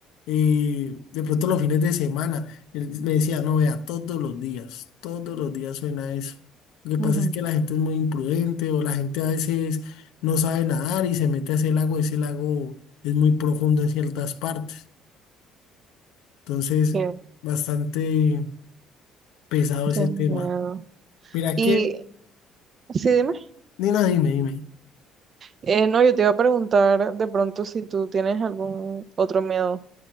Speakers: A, on the left; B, on the right.
A: eh, de pronto los fines de semana. Él me decía, no, vea, todos los días, todos los días suena eso. Lo que pasa
B: <gasps>
A: es que la gente es muy imprudente o la gente a veces no sabe nadar y se mete a ese lago. Ese lago es muy profundo en ciertas partes. Entonces,
B: Qué,
A: bastante pesado ese
B: qué miedo.
A: tema. Mira
B: Y
A: que,
B: sí, dime,
A: Nina, dime, dime.
B: eh, no, yo te iba a preguntar de pronto si tú tienes algún otro miedo,